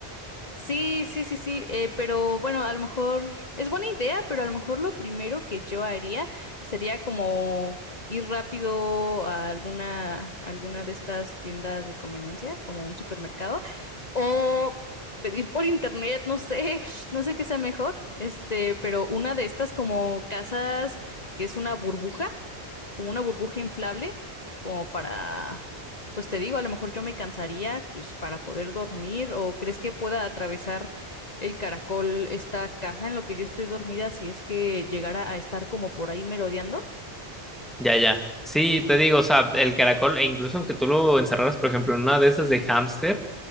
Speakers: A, on the left; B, in the centre.
A: Sí, sí, sí, sí, eh, pero bueno, a lo mejor es buena idea, pero a lo mejor lo primero que yo haría sería como ir rápido a alguna, alguna de estas tiendas de conveniencia, como un supermercado, o pedir por internet, no sé, <laughs> no sé qué sea mejor, este, pero una de estas como casas que es una burbuja como una burbuja inflable, como para, pues te digo, a lo mejor yo me cansaría, pues para poder dormir, o crees que pueda atravesar el caracol esta casa en lo que yo estoy dormida si es que llegara a estar como por ahí merodeando?
B: Ya, ya. Sí, te digo, o sea, el caracol, e incluso aunque tú lo encerraras, por ejemplo, en una de esas de hámster,